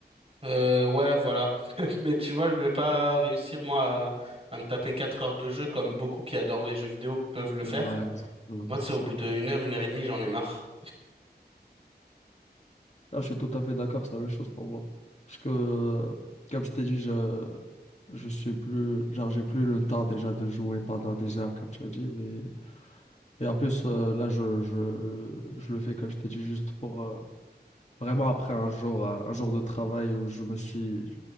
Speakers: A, on the right (about 35°); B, on the left (about 40°).
A: euh, ouais, voilà. <laughs> Mais tu vois, je vais pas réussir moi à, à me taper 4 heures de jeu comme beaucoup qui adorent les jeux vidéo peuvent le faire.
B: Ouais, exactement,
A: Moi,
B: c'est
A: tu sais,
B: ce
A: au bout
B: que t'as.
A: d'une heure, une heure et demie, j'en ai marre.
B: Ah, je suis tout à fait d'accord, c'est la même chose pour moi. Parce que, euh, comme je t'ai dit, je, je suis plus, genre, j'ai plus le temps déjà de jouer pendant des heures, comme tu as dit. Mais, et en plus, euh, là, je, je, je le fais, comme je t'ai dit, juste pour euh, vraiment après un jour, euh, un jour de travail où je me suis,